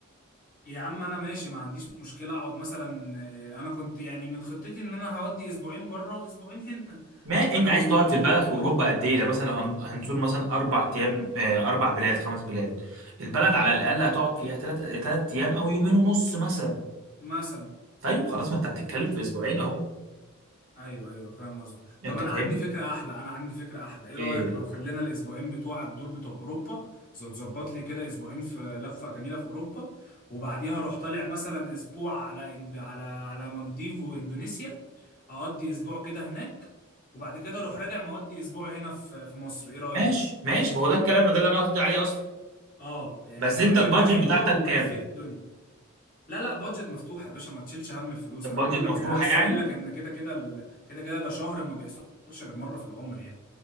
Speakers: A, on the left; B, on the right.
A: يا عم انا ماشي ما عنديش مشكله اقعد مثلا آه، انا كنت يعني من خطتي ان انا هودي اسبوعين بره واسبوعين هنا
B: ما
A: فلو
B: انت عايز تقعد
A: لو
B: في
A: اوروبا
B: البلد في اوروبا
A: مت...
B: قد ايه ده مثلا لو هن- هنزور مثلا اربع ايام آه، اربع بلاد خمس بلاد البلد على الاقل هتقعد فيها ثلاث ثلاث ايام او يومين ونص مثلا
A: مثلا
B: طيب خلاص ما انت بتتكلم في اسبوعين اهو
A: ايوه ايوه فاهم قصدك
B: انت
A: طب انا
B: فاهمني
A: عندي فكره احلى انا عندي فكره احلى ايه رايك
B: ايه
A: لو خلينا الاسبوعين بتوعك دول بتوع اوروبا ز- تظبط لي كده اسبوعين في لفه جميله في اوروبا وبعديها اروح طالع مثلا اسبوع على إند... على على مالديف واندونيسيا اقضي اسبوع كده هناك وبعد كده اروح راجع مقضي اسبوع هنا في في مصر ايه رايك
B: ماشي ماشي ما هو ده الكلام ده اللي انا قصدي عليه اصلا
A: اه يعني
B: بس
A: تبقى
B: انت
A: فكرة
B: البادجت
A: حلوة
B: بتاعتك
A: ولفيت
B: كام
A: الدنيا لا لا بادجت مفتوحة يا باشا ما تشيلش هم الفلوس
B: البادجت
A: انا بقول
B: مفتوحه
A: لك يعني انا لسه
B: يعني
A: قايل لك ان كده كده ال- كده كده ده شهر ما بيحصلش غير مرة في العمر يعني